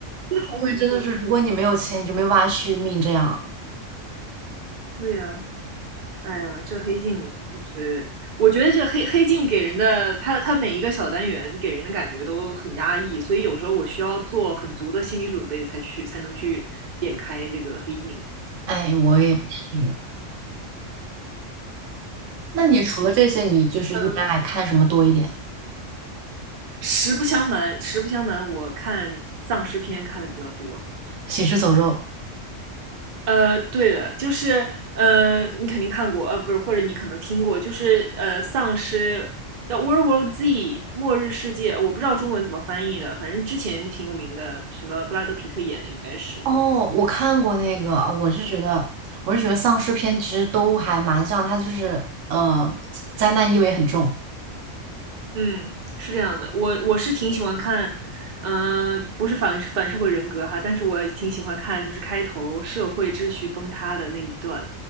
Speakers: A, on the right; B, on the right.
A: 这好恐怖啊！
B: 后面真的是，如果你没有钱，你就没有办法续命，这样，
A: 对呀、哎呀，这黑镜就是我觉得这黑黑镜给人的，它它每一个小单元给人的感觉都很压抑，所以有时候我需要做很足的心理准备才去才能去点开这个黑镜。
B: 哎，我也是。那你除了这些，
A: 嗯，
B: 你就是一般还看什么多一点？
A: 嗯实不相瞒，实不相瞒，我看丧尸片看的比较多，
B: 行尸走肉。
A: 呃，对的，就是，呃，你肯定看过，呃，不是，或者你可能听过，就是呃，丧尸叫《World War Z》末日世界，我不知道中文怎么翻译的，反正之前挺有名的，什么布拉德皮特演的应该是，
B: 哦，我看过那个，我是觉得，我是觉得丧尸片其实都还蛮像，它就是呃，灾难意味很重。
A: 嗯，是这样的，我我是挺喜欢看，嗯、不是反反社会人格哈，但是我挺喜欢看，就是开头社会秩序崩塌的那一段，